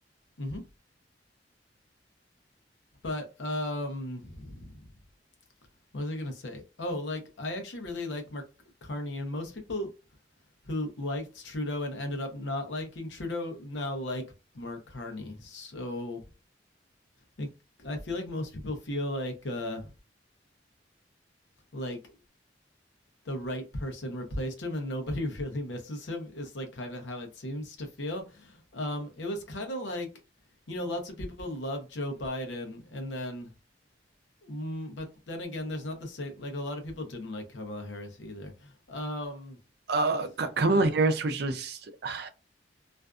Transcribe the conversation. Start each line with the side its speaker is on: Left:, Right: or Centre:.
Left: hmm but um, what was I gonna say? Oh, like I actually really like Mark Carney, and most people who liked Trudeau and ended up not liking Trudeau now like Mark Carney. So it, I feel like most people feel like uh, like the right person replaced him and nobody <laughs> really misses him is like kind of how it seems to feel. Um, it was kind of like you know lots of people love Joe Biden and then. Mm, but then again, there's not the same. Like a lot of people didn't like Kamala Harris either. Um,
Right: Uh, Ka- Kamala
Left: but
Right: Harris was just <sighs>